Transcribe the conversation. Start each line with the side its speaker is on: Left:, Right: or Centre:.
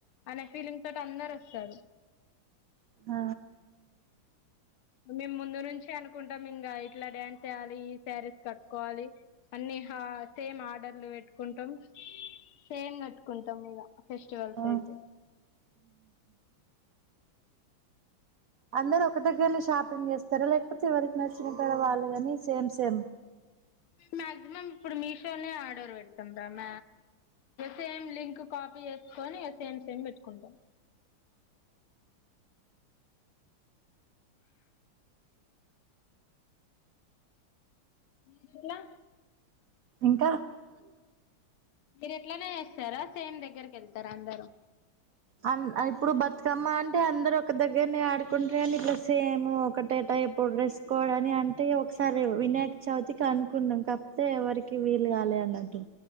Left: అనే ఫీలింగ్ తోటి అందరు వస్తారు
Right: ఆ
Left: మేము ముందు నుంచి అనుకుంటాం ఇంకా ఇట్లా డ్యాన్స్ చేయాలి ఈ శారీస్ కట్టుకోవాలి, అన్ని సేమ్ ఆర్డర్లు పెట్టుకుంటాం, సేమ్ కట్టుకుంటాం ఇక ఫెస్టివల్స్
Right: ఆ
Left: అయితే
Right: అందరు ఒక దగ్గరనే షాపింగ్ చేస్తారు, లేకపోతే ఎవరికి నచ్చినారు వాళ్ళు కాని సేమ్ సేమ్
Left: మ్యాక్సిమం ఇప్పుడు మీషోనే ఆర్డర్ పెడతాం రా మ సేమ్ లింక్ కాపీ చేసుకొని సేమ్ సేమ్ పెట్టుకుంటాం. మీరుట్లా
Right: ఇంకా
Left: మీరు ఎట్లానే చేస్తారా సేమ్ దగ్గరకి వెళ్తారా అందరుూ
Right: అ ఇప్పుడు బతుకమ్మ అంటే అందరు ఒక దగ్గరనే ఆడుకుంటారు అని, ఇట్లా సేమ్ ఒకటేటా ఎప్పుడు డ్రెసుకోవడని అంటే ఒకసారి వినాయక చవితికి అనుకున్నాం, కాకపోతే ఎవరికి వీలుగాలే అని అంటు